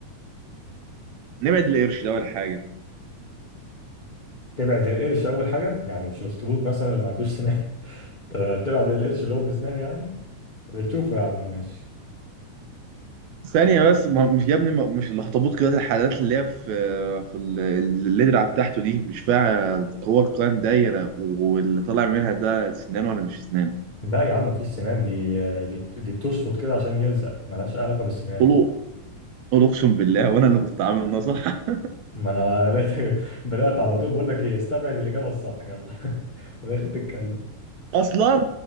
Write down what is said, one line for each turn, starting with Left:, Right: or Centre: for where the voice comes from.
Right: نبعد القرش ده اول حاجه
Left: تبعد القرش أول حاجة يعني مش الأخطبوط مثلا اللي ما عندوش سنان <laughs> طب تبعد القرش اللي هو بسنان يعني اللي تشوفه يا عم ماشي
Right: ثانيه بس ما مش يا ابني ما- مش الاخطبوط كده الحاجات اللي هي في في ال- اللدرة بتاعته دي مش فيها كور قوام دايره واللي طالع منها ده سنان ولا مش سنان
Left: لا يا عم مفيش سنان دي دي دي بتشفط كده عشان يلزق ملهاش أي علاقة بالسنان
Right: قولوا قولوا اقسم بالله وانا اللي كنت عامل نصح <laughs>
Left: ما أنا <laughs> بدأت بدأت على طول بقول لك إيه استبعد الإجابة الصح يلا <laughs> وداخل تتكلم
Right: اصلا